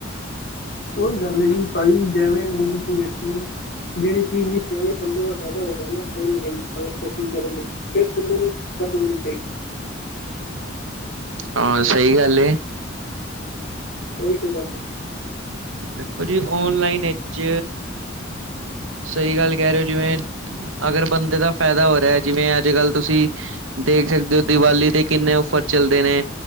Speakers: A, on the left; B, on the right.
A: ਉਹੀ ਗੱਲ ਹੈਗੀ ਭਾਜੀ ਜਿਵੇਂ ਤੁਸੀਂ ਵੇਖੋ ਜਿਹੜੀ ਚੀਜ਼ ਵੀ ਜਿਵੇਂ ਬੰਦੇ ਦਾ ਫਾਇਦਾ ਹੋ ਜਾਣਾ ਔਨਲਾਈਨ ਅਗਰ ਸ਼ੋਪਿੰਗ ਕਰਨ ਲਈ ਫਿਰ ਬੰਦੇ ਨੂੰ ਕਰ ਲੈਣੀ ਚਾਹੀਦੀ ਹੈ
B: ਹਾਂ ਸਹੀ ਗੱਲ ਏ
A: ਉਹੀ ਤੇ ਗੱਲ ਹੈ
B: ਦੇਖੋ ਜੀ ਓਨਲਾਈਨ ਵਿੱਚ ਸਹੀ ਗੱਲ ਕਹਿ ਰਹੇ ਹੋ ਜਿਵੇਂ ਅਗਰ ਬੰਦੇ ਦਾ ਫਾਇਦਾ ਹੋ ਰਿਹਾ ਜਿਵੇਂ ਅੱਜ ਕੱਲ੍ਹ ਤੁਸੀਂ ਦੇਖ ਸਕਦੇ ਹੋ ਦੀਵਾਲੀ ਤੇ ਕਿੰਨੇ ਔਫਰ ਚੱਲਦੇ ਨੇ।